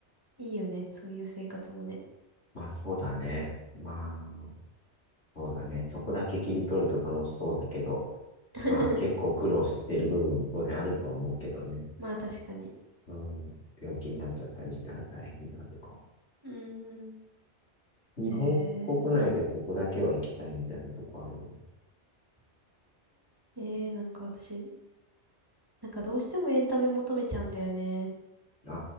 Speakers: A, on the right; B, on the left.
A: いよね。そういう生活もね。
B: まあ、そうだね。まあ、そうだね。そこだけ切り取ると楽しそうだけど、
A: <laughs>
B: まあ結構苦労してる部分も当然あるとは思うけどね。
A: まあ確かに。
B: うん。病気になっちゃったりしたら大変だとか。
A: うんうん。
B: 日本国内でここだけは行きたいみたいなとこある
A: えー、ええなんか私、なんかどうしてもエンタメ求めちゃうんだよね。
B: の